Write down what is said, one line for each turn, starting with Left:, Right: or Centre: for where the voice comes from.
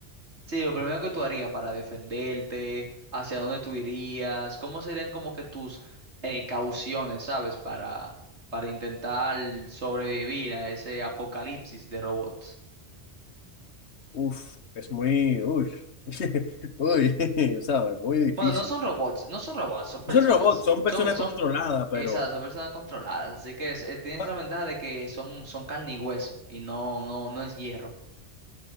Right: Sí, lo primero que tú harías para defenderte, hacia dónde tú irías, cómo serían como que tus precauciones, ¿sabes? Para, para intentar sobrevivir a ese apocalipsis de robots.
Left: Uf, es muy, uy, <laughs> uy, <laughs> ¿sabes? Muy difícil.
Right: Bueno, no son robots, no son robots, son personas.
Left: No son robots, son
Right: Son,
Left: personas
Right: son,
Left: controladas,
Right: esas,
Left: pero,
Right: son personas controladas. Así que es- eh, tienes
Left: ah,
Right: la ventaja de que son, son carne y hueso y no, no, no es hierro.